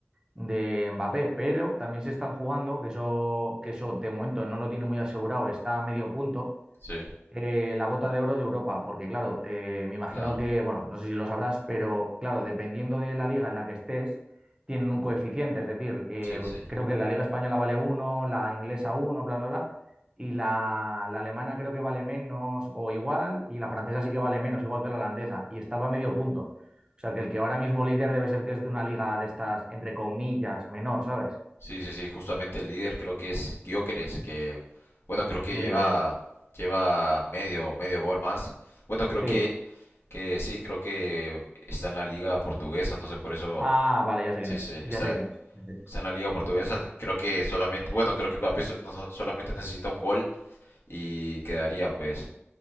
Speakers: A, on the right (about 20°); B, on the left (about 65°).
A: de Mbappé, pero también se están jugando, que eso, que eso de momento no lo tiene muy asegurado, está a medio punto,
B: sí.
A: eh, la bota de oro de Europa, porque claro, eh, me imagino
B: Claro,
A: que, bueno, no sé si lo sabrás, pero claro, dependiendo de la liga en la que estés, tienen un coeficiente, es decir, eh,
B: sí, sí.
A: creo que la liga española vale uno, la inglesa uno, bla, bla, bla, y la, la alemana creo que vale menos o igual, y la francesa sí que vale menos, igual que la holandesa, y estaba a medio punto. O sea, que el que ahora mismo líder debe ser que es de una liga de estas, entre comillas, menor, ¿sabes?
B: Sí, sí, sí, justamente el líder creo que es Gyökeres, que bueno, creo que
A: Ni
B: lleva
A: idea, tío.
B: lleva medio medio gol más. Bueno, creo
A: Sí.
B: que que sí, creo que está en la liga portuguesa, entonces por eso
A: Ah, vale, ya sé quién
B: sí,
A: es,
B: sí,
A: ya
B: está
A: sé quién es.
B: está en la liga portuguesa. Creo que solamente, bueno, creo que Mbappé so- no so- solamente necesita un gol y quedaría pues